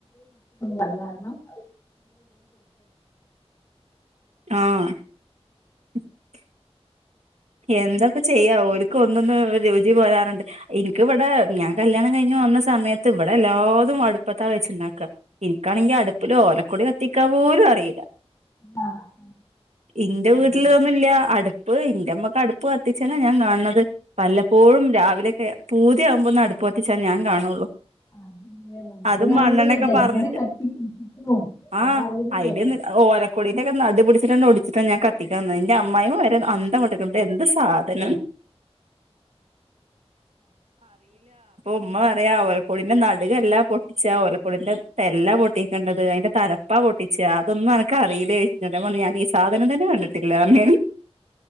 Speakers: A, on the left (about 30°); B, on the right (about 85°).
A: അത് കാരണം <inaudible>
B: ആഹ് <inaudible> എന്താപ്പ
A: മതി
B: ചെയ്യാം ഒരിക്കും ഒന്നൊന്ന് ഒരു <unintelligible> പോരാറുണ്ട് എനിക്കിവിടെ ഞാൻ കല്യാണം കഴിഞ്ഞ് വന്ന സമയത്ത് ഇവിടെ എല്ലാതും അടുപ്പത്താ വെച്ചുണ്ടാക്കുക. എനിക്കാണെങ്കി അടുപ്പില് ഓലക്കുടി കത്തിക്കാ പോലും അ റിയില്ല
A: ആ, ആ, ആ.
B: ഇന്റെ വീട്ടില്
A: അത്
B: ഇതൊന്നില്ല അടുപ്പ് ന്റമ്മ ടുപ്പ് കത്തിച്ചേനാ ഞാൻ കാണത് വല്ലപ്പോഴും രാവിലെ ഏ പൂതിയാവുമ്പോന്ന അടുപ്പ കത്തിച്ചാ ഞാൻ കാണുള്ളൂ.
A: അന്ന് നമുക്കിതറിയില്ലല്ലോ
B: അതും മണ്ണെണ്ണൊക്കെ
A: ഇതെങ്ങനെ
B: പറന്നിട്ട്
A: കത്തിപ്പിടിപ്പിക്കും നമ്മളറിയുന്നില്ലല്ലോ
B: ആഹ് ഐഡിയ ഓര കുടീതൊക്കെ നടു പുടിച്ചിട്ടണ്ടണ്ട് ഒടിച്ചിട്ട ഞൻ കത്തിക്കാന്ന് ന്റെ അമ്മായിയമ്മ വരെ അന്തം വിട്ട് ക്ക്ണു പ്പേ എന്ത് സ് ആഹാ
A: അതെ.
B: ധനം ഉമ്മ പറയ ഓലക്കോടിന്റെ നടുകല്ലാ പൊട്ടിച്ച ആ ഓലക്കോടിന്റെ തല്ല പൊട്ടിക്കേണ്ടത് അതിന്റെ തലപ്പ പൊട്ടിച്ച അതൊന്നും അനക്ക് അറിയില്ലെയ് ന്റെ പൊന്നഞാൻ ഈ സാധനം തന്നെ കണ്ടിട്ടില്ലാർഞു ഞാൻ